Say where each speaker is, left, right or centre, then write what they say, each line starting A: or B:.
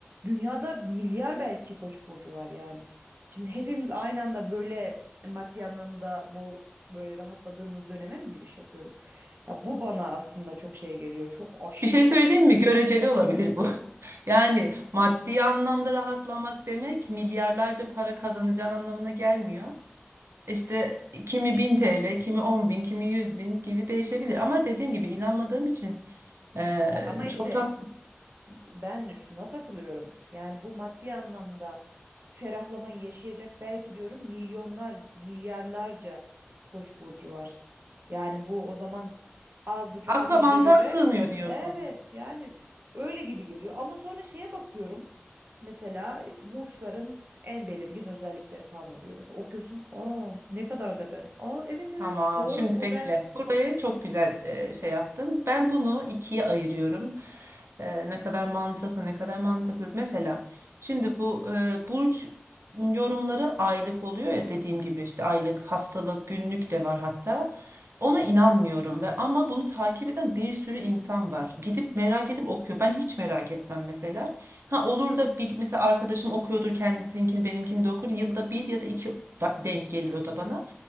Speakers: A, on the right; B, on the right.
A: dünyada milyar belki koç burcu var yani. Şimdi hepimiz aynı anda böyle maddi anlamda bol böyle rahatladığımız döneme mi giriş yapıyoruz? Ya bu bana aslında çok şey geliyor. Çok aşırı.
B: Bir şey söyleyeyim mi? Göreceli olabilir bu. <laughs> Yani maddi anlamda rahatlamak demek milyarlarca para kazanacağın anlamına gelmiyor. İşte kimi 1000 TL, kimi on bin, kimi yüz bin gibi değişebilir. Ama dediğim gibi inanmadığım için eee,
A: Ya ama işte
B: çok tak
A: Ben şuna takılıyorum. Yani bu maddi anlamda ferahlamayı yaşayacak belki diyorum milyonlar, milyarlarca Koç burcu var. Yani bu o zaman az buçuk
B: akla
A: hepimize
B: mantığa
A: göre
B: sığmıyor diyorsun.
A: evet yani öyle gibi geliyor. Ama sonra şeye bakıyorum. Mesela e, burçların en belirgin özellikleri falan oluyor. Mesela okuyorsun, "Aa ne kadar da ben." "Aa evet evet
B: Tamam,
A: doğru
B: şimdi
A: bu
B: bekle.
A: ben."
B: Burayı çok güzel e, şey yaptın. Ben bunu ikiye ayırıyorum. E, ne kadar mantıklı, ne kadar mantıksız. Mesela şimdi bu e, burç yorumları aylık oluyor ya dediğim gibi işte aylık, haftalık, günlük de var hatta. Ona inanmıyorum ve ama bunu takip eden bir sürü insan var. Gidip merak edip okuyor. Ben hiç merak etmem mesela. Ha olur da bir mesela arkadaşım okuyordur kendisinkini, benimkini de okur. Yılda bir ya da iki da- denk gelir o da bana.